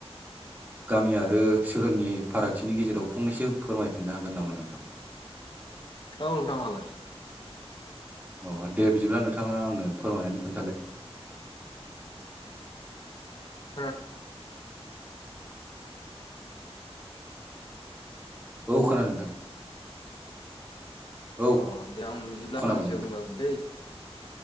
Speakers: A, on the right; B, on the left.
A: गामि आरो सोहोरनि फारागथिनि गेजेराव फंनैसो फोरमायफिननो हागोन नामा नोंथां
B: औ नोंथां हागोन।
A: अ दे बिदिब्ला नोंथाङा आंनो फोरमायनानै खोन्थालाय
B: खोना
A: औ खोनादों नोंथां औ
B: अ दे आं बिदिब्ला
A: खोनाबाय
B: फनैसे
A: नोंथां
B: बुंलांनि दै